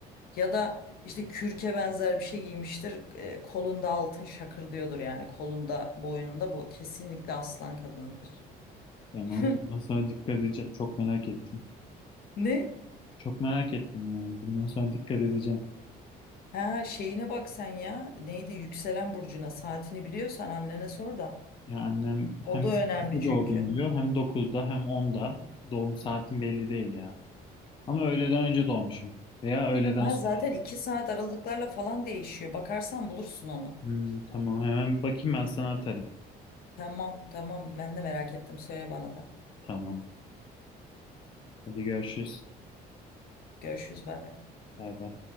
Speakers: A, on the left; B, on the left.
A: Ya da işte kürke benzer bir şey giymiştir. e, kolunda altın şakır diyordur yani kolunda, boynunda bu kesinlikle aslan kadınıdır.
B: Tamam.
A: <laughs>
B: Bundan sonra dikkat edeceğim. Çok merak ettim.
A: Ne?
B: Çok merak ettim yani. Bundan sonra dikkat edeceğim.
A: Ha şeyine bak sen ya. Neydi yükselen burcuna saatini biliyorsan annene sor da.
B: Ya annem hem
A: O da
B: sekizde
A: önemli çünkü.
B: doğdum diyor hem dokuzda hem onda Doğum saatim belli değil ya. Ama öğleden önce doğmuşum. Veya öğleden
A: Ha
B: sonra.
A: zaten iki saat aralıklarla falan değişiyor. Bakarsan bulursun onu.
B: Hmm, tamam hemen bir bakayım ben sana atarım.
A: Tamam tamam ben de merak ettim. Söyle bana da.
B: Tamam. Hadi görüşürüz.
A: Görüşürüz bay bay.
B: Bay bay.